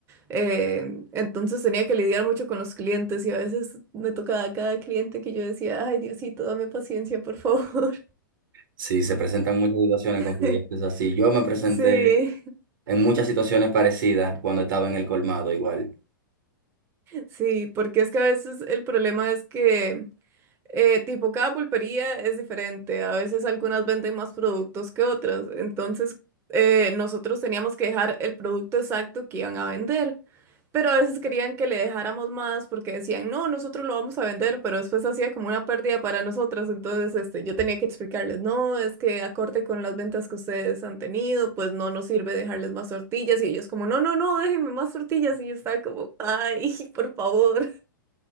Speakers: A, on the right; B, on the right.
A: Eh, entonces tenía que lidiar mucho con los clientes y a veces me tocaba a cada cliente que yo decía, ay Diosito, dame paciencia, por favor.
B: Sí, se presentan muchas situaciones
A: <laughs>
B: con clientes así. Yo me presenté
A: Sí,
B: en muchas situaciones parecidas cuando estaba en el colmado igual.
A: sí, porque es que a veces el problema es que Eh, tipo, cada pulpería es diferente. A veces algunas venden más productos que otras. Entonces, eh, nosotros teníamos que dejar el producto exacto que iban a vender. Pero a veces querían que le dejáramos más porque decían, no, nosotros lo vamos a vender, pero después hacía como una pérdida para nosotras. Entonces, este, yo tenía que explicarles, no, es que acorde con las ventas que ustedes han tenido, pues no nos sirve dejarles más tortillas. Y ellos como, no, no, no, déjenme más tortillas. Y yo estaba como, ay, <laughs> por favor.